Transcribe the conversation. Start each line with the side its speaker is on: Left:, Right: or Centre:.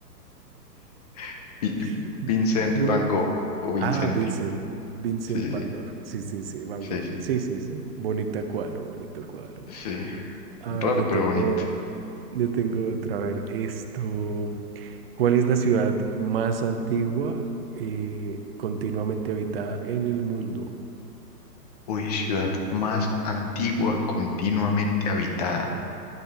Left: <laughs> Vi-
Right: <laughs>
Left: Vincent
Right: No.
Left: Van Gogh o Vincente.
Right: Ah, Vincent. Vincent
Left: Sí,
Right: Van
Left: sí,
Right: Gogh. Sí, sí, sí, Van
Left: sí,
Right: Gogh.
Left: sí,
Right: Sí, sí, sí. Bonito cuadro, bonito cuadro.
Left: sí.
Right: A
Left: Raro,
Right: ver, le tengo,
Left: pero bonito.
Right: le tengo otra. A ver, esto. ¿Cuál es la ciudad más antigua eh, continuamente habitada en el mundo?
Left: Uy, ciudad más antigua continuamente habitada.